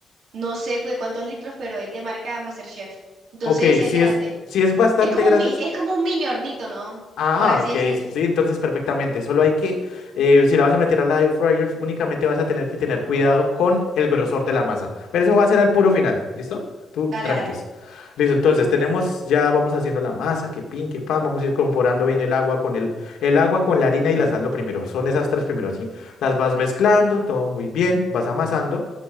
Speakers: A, on the right; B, on the left.
A: No sé cu- de cuántos litros, pero es de marca MasterChef. Entonces
B: Ok,
A: es
B: sí
A: grande.
B: es, sí es bastante
A: Es como
B: grande.
A: un, mi- es como un mini hornito, ¿no?
B: Ah,
A: Por así
B: ok,
A: decirlo.
B: sí, entonces perfectamente. Solo hay que, eh, si la vas a meter a la air fryer, únicamente vas a tener que tener cuidado con el grosor de la masa. Pero eso va a ser al puro final, ¿listo? Tú,
A: Dale,
B: tranquis.
A: dale.
B: Listo, entonces tenemos, ya vamos haciendo la masa, que pin, que pan, vamos a ir comporando bien el agua con el, el agua con la harina y la sal lo primero. Son esas tres primero, ¿sí? Las vas mezclando, todo muy bien, vas amasando.